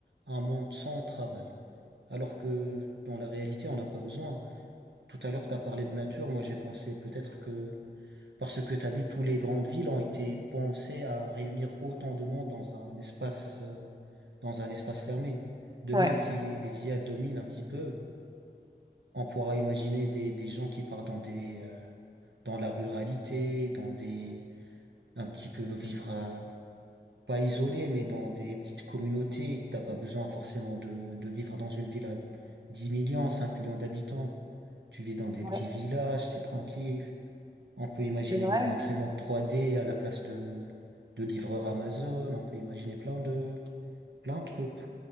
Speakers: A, on the right (about 85°); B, on the right (about 20°).
A: un monde sans travail. Alors que dans la réalité, on n'a pas besoin. Tout à l'heure, tu as parlé de nature. Moi, j'ai pensé peut-être que, parce que tu as vu, toutes les grandes villes ont été pensées à réunir autant de monde dans un espace, euh, dans un espace fermé. Demain,
B: Ouais.
A: si les IA dominent un petit peu, on pourra imaginer des, des gens qui partent dans des euh, dans la ruralité, dans des un petit peu vivre euh, pas isolé, mais dans des petites communautés. T'as pas besoin forcément de, de vivre dans une ville à 10 millions, 5 millions d'habitants. Tu vis dans des
B: Ouais.
A: petits villages, t'es tranquille. On peut imaginer
B: C'est vrai.
A: des imprimantes 3D à la place de de livreurs Amazon. On peut imaginer plein de plein de trucs.